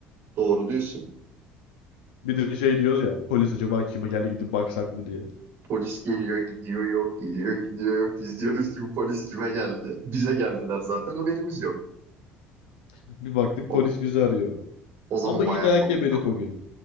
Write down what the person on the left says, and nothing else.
Bir de şey diyoruz ya. Polis acaba kime geldi gidip baksak mı diye.
Bir baktık
polis bizi arıyor.
Ama iyi
dayak
yemedik
o gün.